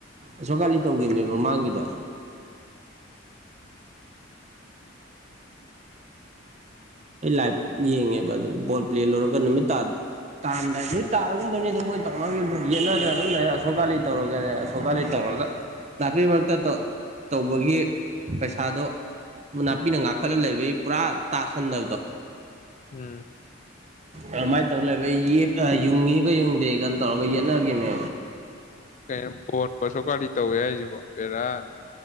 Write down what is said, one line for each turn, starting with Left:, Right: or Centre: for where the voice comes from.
Right: ꯑꯁꯣꯝꯀꯥꯂꯤ ꯇꯧꯈꯤꯕꯅꯦ ꯃꯃꯥꯡꯒꯤꯗꯣ ꯑꯩ ꯂꯥꯏꯚ ꯌꯦꯡꯉꯦꯕ ꯑꯗꯨ ꯕꯣꯜ ꯄ꯭ꯂꯦ ꯂꯧꯔꯒ ꯅꯨꯃꯤꯠ ꯇꯥ ꯇꯥꯔꯝꯗꯥꯏ ꯅꯣꯏ ꯇꯥꯔꯒꯨꯝꯕꯅꯤꯗ ꯃꯣꯏ ꯇꯧꯝ ꯌꯦꯠꯅ꯭ꯔꯦ ꯑꯗꯨꯝ ꯂꯩꯔ ꯑꯁꯣꯛ ꯀꯥꯜꯂꯤ ꯇꯧꯔꯒ ꯑꯁꯣꯛꯀꯥꯂꯤ ꯇꯧꯔꯦ ꯅꯥꯄꯤ ꯃꯔꯛꯇ ꯇꯧꯕꯒꯤ ꯄꯩꯁꯥꯗꯣ ꯅꯥꯄꯤꯅ ꯉꯥꯈꯠꯂ ꯂꯩꯕꯩ ꯄꯨꯔꯥ ꯇꯥꯁꯟꯗꯕꯗꯣ
Left: ꯎꯝ
Right: ꯑꯗꯨꯃꯥꯏꯅ ꯇꯧ ꯂꯩꯕ ꯌꯨꯡꯉꯤꯒ ꯌꯨꯡꯗꯦꯒꯅ ꯇꯧꯔꯒ ꯌꯦꯠꯅꯈꯤꯕꯅꯦ
Left: ꯀꯩꯅ ꯄꯣꯟꯕꯁꯨ ꯀꯔꯤ ꯇꯧꯋꯦ ꯍꯥꯏꯁꯤꯕꯣ ꯦꯔꯥꯟ